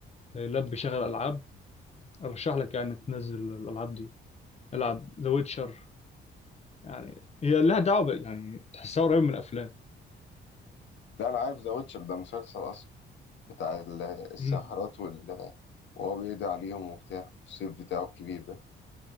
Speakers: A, on the left; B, on the left.
A: آه، لاب بيشغل العاب ارشح لك يعني تنزل الالعاب دي العب ذا ويتشر يعني هي لها دعوه ب- يعني تحسها قريب من الافلام
B: لا انا عارف ذا ويتشر ده مسلسل اصلا بتاع ال- الساحرات
A: مم.
B: وال وهو بيقضي عليهم وبتاع الصيف بتاعه الكبير ده